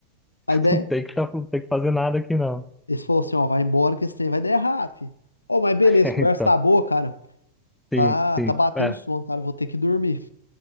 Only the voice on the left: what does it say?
vai der.
Eles falaram assim, ó, vai embora que esse trem vai dar errado, filho. Ô, mas beleza,
a conversa
tá boa, cara.
Ah,
tá batendo
sono, cara, vou ter que dormir.